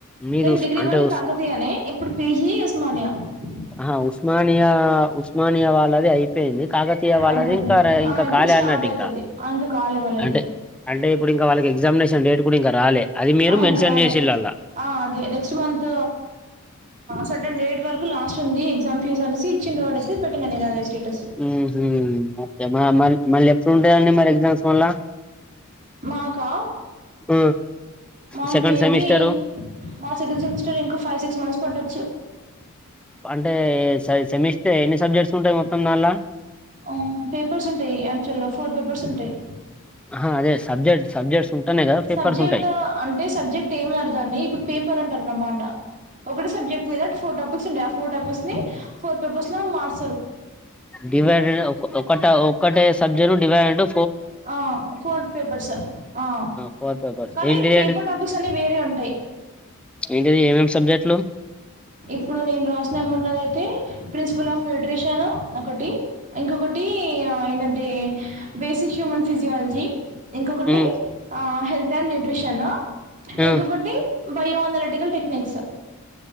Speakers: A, in the centre; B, on the right.
A: మీది
B: నేను
A: ఉస్
B: డిగ్రీ
A: అంటే
B: వరకు
A: ఉస్
B: కాకతీయని ఇప్పుడు పీజీ ఉస్మానియా అ
A: ఆ ఉస్మానియా ఉస్మానియా వాళ్ళదే ఐ యింది కాకతీయ వాళ్ళది
B: అయిపోయింది
A: ఇంకా
B: ఆ,
A: ఇంకా
B: ఎప్పుడు
A: కాలే
B: స్టార్ట్
A: అన్నట్టు
B: అవుతుంది
A: ఇంకా
B: ఇంకా కాలే వాళ్ళది
A: అంటే అంటే ఇప్పుడు ఇంకా వాళ్ళ ఎగ్జామినేషన్ అంటే డేట్ కూడా ఇంకా రాలే అది మీరు
B: ఆ
A: మెన్షన్
B: ఇంకా రాలే
A: చేసిల్లలా
B: ఆ అదే నెక్స్ట్ మంత్ సటన్ డేట్ వరకు లాస్ట్ ఉంది దాని ఫీస్ అనేసి ఇచ్చిండు వాడైతే పెట్టిన నేను అదే స్టేటస్
A: ఉహు మ మ మళ్ చ ఉంటా అండి మరి ఎగ్జామ్స్ మళ్ళా
B: మాకా
A: హ్మ్.
B: మాకు
A: సెకండ్
B: మేబి
A: సెమిస్టరు
B: మా సెకండ్ సెమిస్టర్ ఇంకా ఫైవ్ సిక్స్ మంత్స్ పట్టచ్చు
A: అంటే సె సెమిస్టర్ ఎన్ని సబ్జెక్ట్స్ ఉంటాయి మొత్తం దాన్లా
B: ఉమ్ పేపర్స్ ఉంటాయి యాక్చువల్ గా ఫోర్ పేపర్స్ ఉంటాయి
A: అహా అదే సబ్జెక్ట్ సబ్జెక్ట్స్ ఉంటేనే కదా పేపర్స్
B: సబ్జెక్ట్
A: ఉంటాయి
B: అంటే సబ్జెక్ట్ ఏమి అన్నారు దాన్ని ఇప్పుడు పేపర్ అంటార్ అన్నమాట ఒకటే సబ్జెక్ట్ మీద ఫోర్ టాపిక్స్ ఉంటాయి ఆ ఫో ఫోర్ టాపిక్స్ ని ఫోర్ పేపర్స్ లగా మార్స్
A: డివైడెడ్ ఒకట ఒక్కటే సబ్జెట్ డివైడ్ ఇంటు
B: ఆ ఫోర్ పేపర్స్ ఆ
A: ఫోర్ పేపర్స్
B: కానీ
A: ఏంటిది
B: పేపర్ టాపిక్స్ అన్ని వేరే ఉంటాయి
A: ఎంటిది ఏమేమి సబ్జెక్టులు
B: ఇప్పుడు నేను రాసిన ఉన్నదయితే ప్రిన్సిపల్ ఆఫ్ న్యూట్రిషన్ ఒకటి ఇంకొకటి ఏందంటే బేసిక్ హ్యూమన్ ఫిజియాలజీ ఇంకొకటి
A: ఉమ్
B: ఆ హెల్త్ అండ్ న్యూట్రిషన్
A: ఆ
B: ఇంకొకటి బయో అన్లెటికల్ టెక్నిక్స్